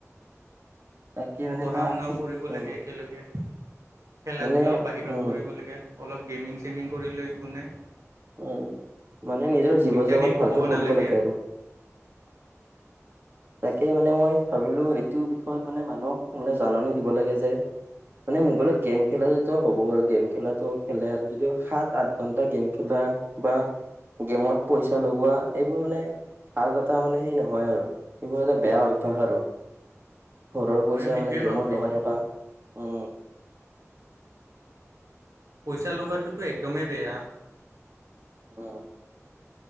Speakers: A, on the right (about 45°); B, on the right (about 80°).
A: তাকে মানে
B: পঢ়া
A: এটা
B: শুনাও কৰিব
A: উম
B: লাগে একেলগে। খেলা
A: মানে
B: ধূলাও বাহিৰত
A: উম
B: কৰিবলগে অলপ গেমিং চেমিং কৰিলেও একো নাই।
A: উ মানে নিজৰ জীৱন
B: অত্যাধিক
A: জাপন ভালকে
B: হ'ব
A: কৰিব
B: নালাগে
A: লাগে আৰু- তাকে মানে মই ভাবিলো এইটো বিষয়ত মানে মানুহক মানে জাননী দিব লাগে। যে মানে মোবাইলত গেম খেলা হ'ব বাৰু গেম খেলাটো খেলে আৰু যদিও সাত আঠ ঘণ্টা গেম খেলা। বা গেমত পইচা লগোৱা এইবোৰ মানে ভাল এটা মানে সেই নহয় আৰু- সেইবোৰ এটা বেয়া অভ্যাস আৰু। ঘৰৰ পইচা
B: ময়ো সেইটোৱে
A: মানে গেমত
B: ভাবোঁ কিন্তু
A: লগাই থকা, উম।
B: পইচা লগোৱাটোতো একদমেই বেয়া।
A: আহ-